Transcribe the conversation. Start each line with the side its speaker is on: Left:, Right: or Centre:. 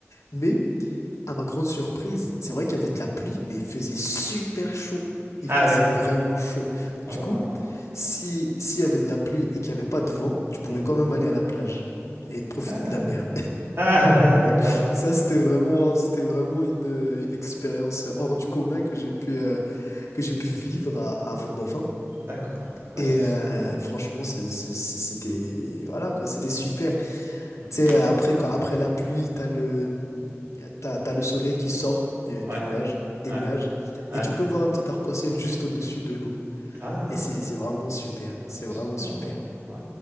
Left: mais à ma grande surprise, c'est vrai qu'il y avait de la pluie, mais il faisait super chaud. Il
Right: Ah
Left: faisait
Right: oui.
Left: vraiment chaud.
Right: Oh
Left: Du
Right: là
Left: coup,
Right: là.
Left: si s'il y avait de la pluie et qu'il n'y avait pas de vent, tu pouvais
Right: Mmh
Left: quand même aller à la plage et profiter
Right: Ah
Left: de
Right: ouais.
Left: la mer.
Right: Ah ouais, d'accord,
Left: <laughs> Ça, c'était vraiment, c'était vraiment une, euh, une expérience hors du commun que j'ai pu, euh, que j'ai pu vivre à, à Fort-Dauphin.
Right: d'accord. Bah,
Left: Et
Right: c'est super.
Left: euh, franchement, c'est- c'est- c'est- c'était, voilà quoi, c'était super. Tu
Right: Mmh
Left: sais, après, quand, après la pluie, t'as le, t'as, t'as le soleil qui sort des-
Right: Ouais,
Left: du nuage, des
Right: ouais,
Left: nuages,
Right: ouais.
Left: et tu peux voir un petit arc-en-ciel juste au-dessus de l'eau.
Right: Ah!
Left: Et c'est, c'est vraiment super. C'est
Right: Ah, c'est
Left: vraiment
Right: super,
Left: super.
Right: ouais. Ouais.